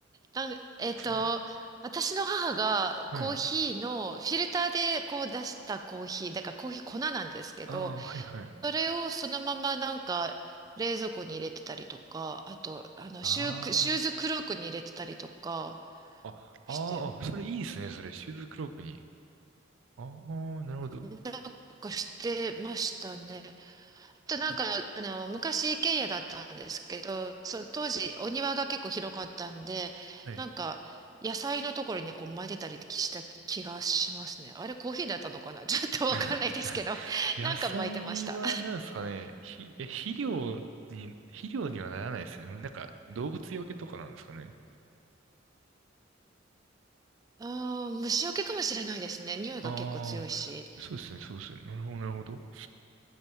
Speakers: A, on the right; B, on the right.
A: なん、
B: そうなんですね。
A: えっと、私の母がコーヒーのフィルターでこう出したコーヒー、
B: はい。
A: だからコーヒー粉なんですけど、
B: ああ、はいはい。
A: それをそのままなんか冷蔵庫に入れてたりとか、あと、あの、
B: ああ、
A: シューク、シューズクロークに入れてたりとか
B: ああ
A: して、
B: あー、それいいですね、それ。シューズクロークに。ああ、なるほど。
A: うん、なんかしてましたね。あとなんか、
B: うん
A: あの、昔一軒家だったんですけど、そう、当時お庭が結構広かったんで、
B: はい。
A: なんか、野菜のところにこう巻いてたりした気がしますね。あれコーヒーだったのかな <laughs> ちょっとわかんないですけど、
B: <laughs> 野菜は何ですかね、
A: なんか巻いてました。
B: ひ、え、肥料に、肥料にはならないですよ。なんか動物よけとかなんですかね。
A: あー虫除けかもしれないですね。匂いが結構強いし。
B: ああ、そうですね、そうですね。なるほど、なるほど。